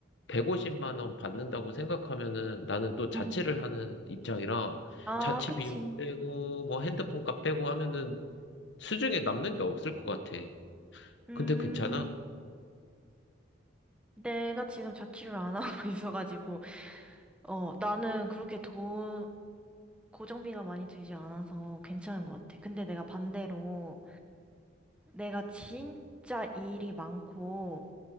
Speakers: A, on the left (about 60°); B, in the centre.
A: 150만 원 받는다고 생각하면은 나는 또 자취를
B: 응. 응.
A: 하는 입장이라
B: 아,
A: 자취
B: 그치.
A: 비용 빼고 뭐 핸드폰 값 빼고 하면은 수중에 남는 게 없을 것 같아.
B: 음,
A: 근데 괜찮아?
B: 내가 지금 자취를 안 하고 <laughs> 있어가지고. 어, 나는 그렇게 돈, 고정비가 많이 들지 않아서 괜찮은 것 같아. 근데 내가 반대로 내가 진짜 일이 많고